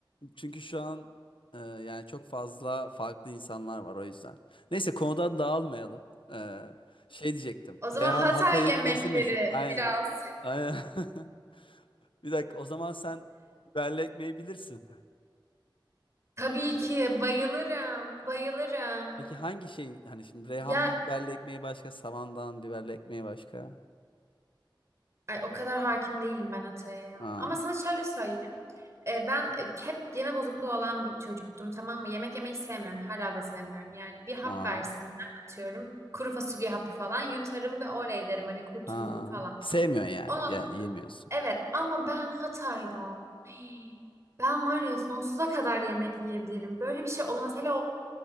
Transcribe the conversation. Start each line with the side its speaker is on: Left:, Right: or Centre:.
Left: Çünkü şu an e, yani çok fazla farklı insanlar var o yüzden. Neyse konudan dağılmayalım. E, şey diyecektim.
Right: O zaman
Left: Reyhan
Right: Hatay
Left: Hatay'ın
Right: yemekleri
Left: nesi meşhur? Aynen.
Right: biraz.
Left: Aynen. <laughs> Bir dakika o zaman sen biberli ekmeği bilirsin.
Right: Tabii ki bayılırım, bayılırım.
Left: Peki hangi şeyin hani şimdi Reyhanlı
Right: Ya
Left: biberli ekmeği başka, Savandan biberli ekmeği başka?
Right: ay, o kadar hakim değilim ben Hatay'a ya.
Left: Aa,
Right: Ama sana şöyle söyleyeyim. E, ben e, hep yeme bozukluğu olan bir çocuktum tamam mı? Yemek yemeyi sevmiyorum. Hala da sevmiyorum. Yani bir hap
Left: aa,
Right: versinler atıyorum. Kuru fasulye hapı falan yutarım ve oley derim hani kurtuldum
Left: aa.
Right: falan.
Left: Sevmiyorsun yani.
Right: Ama
Left: Ya, yemiyorsun.
Right: evet ama ben Hatay'da <gasps> Hii, ben var ya sonsuza kadar yemek yiyebilirim. Böyle bir şey olamaz. Hele o,